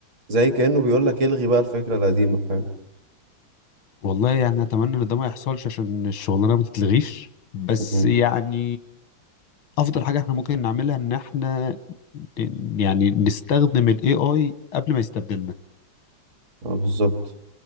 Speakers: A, on the right (about 75°); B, on the left (about 80°).
A: زي كأنه بيقول لك الغي بقى الفكرة القديمة فاهم
B: والله يعني اتمنى ان ده ما يحصلش عشان الشغلانه ما تتلغيش بس
A: مهم.
B: يعني افضل حاجه احنا ممكن نعملها ان احنا ن- يعني نستخدم الاي اي قبل ما يستبدلنا
A: اه بالظبط